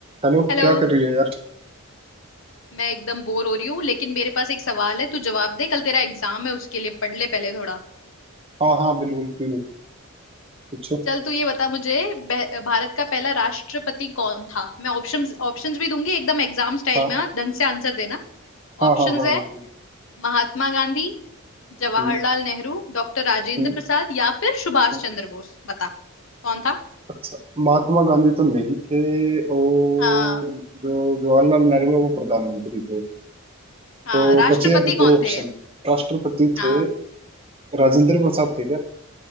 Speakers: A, on the right; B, on the left.
A: Hello
B: हेलो
A: क्या कर रही है यार
B: मैं एकदम बोर हो रही हूँ लेकिन मेरे पास एक सवाल है तू जवाब दे कल तेरा एग्जाम है उसके लिए पढ़ ले पहले थोड़ा
A: हाँ हाँ बिल्कुल बिल्कुल पूछो
B: चल तू ये बता मुझे बह- भारत का पहला राष्ट्रपति कौन था मैं ऑप्शंस ऑप्शंस भी दूंगी एकदम एग्जाम स्टाइल
A: हाँ
B: में हाँ ढंग से आंसर देना
A: हाँ
B: ऑप्शंस
A: हाँ हाँ
B: है
A: बिल्कुल
B: महात्मा गांधी जवाहरलाल
A: हम्म,
B: नेहरू डॉक्टर राजेंद्र
A: हम्म,
B: प्रसाद या फिर सुभाष
A: हम्म।
B: चंद्र बोस बता कौन था
A: अच्छा महात्मा गांधी तो नहीं थे और
B: हाँ
A: जो जवाहरलाल नेहरू है वो प्रधानमंत्री थे
B: हाँ
A: तो
B: राष्ट्रपति
A: बचे अब दो
B: कौन
A: ऑप्शन
B: थे
A: राष्ट्रपति
B: हाँ
A: थे राजेंद्र प्रसाद थे क्या